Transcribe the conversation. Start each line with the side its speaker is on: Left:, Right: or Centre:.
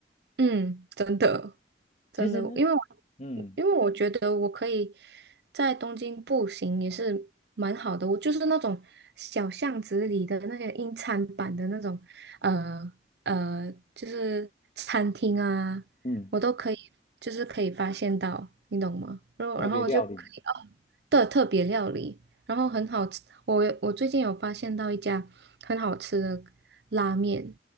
Right: 嗯，真的，真的，
Left: 其实
Right: 因为我
Left: 嗯
Right: 因为我觉得我可以在东京步行也是蛮好的，我就是那种小巷子里的那些英餐版的那种，呃呃，就是餐厅啊，
Left: 嗯，
Right: 我都可以，就是可以发现到，你懂吗？然后然后我就可以哦的特别料理，
Left: 特别料理
Right: 然后很好吃，我我最近有发现到一家很好吃的拉面，